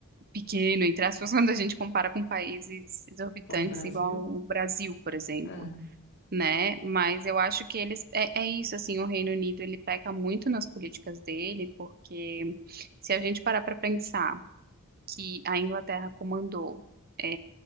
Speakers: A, on the right (about 45°); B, on the left (about 55°).
A: pequeno, entre aspas, <laughs> quando a gente compara com países exorbitantes,
B: como o Brasil.
A: igual o Brasil, por exemplo,
B: É,
A: né? Mas eu acho que eles, é, é isso, assim, o Reino Unido, ele peca muito nas políticas dele, porque se a gente parar para pensar, que a Inglaterra comandou é,